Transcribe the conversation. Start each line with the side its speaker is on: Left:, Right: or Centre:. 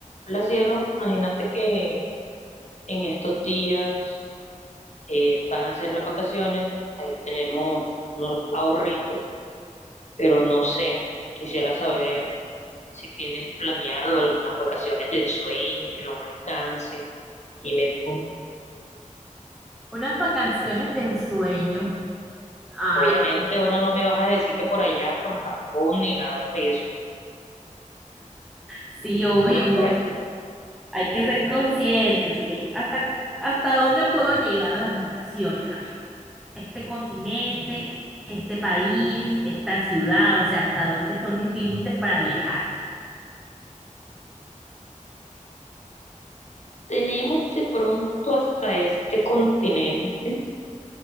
Left: Hola cielo, imagínate que en estos días eh, van a ser las vacaciones, ahí tenemos unos ahorritos, pero no sé, quisiera saber si tienes planeado algunas vacaciones de ensueño que nos alcance. Dime tú,
Centre: Unas vacaciones de ensueño. Ay,
Left: obviamente ahora no me vas a decir que por allá, por Japón, ni nada por eso,
Centre: sí, obvio.
Left: unas por aquí.
Centre: Hay que ser conscientes, ok. ¿Hasta, hasta dónde puedo llegar a las vacaciones? a ver este continente, este país, esta ciudad, o sea, ¿hasta dónde son mis límites para viajar?
Left: Tenemos de pronto hasta este continente,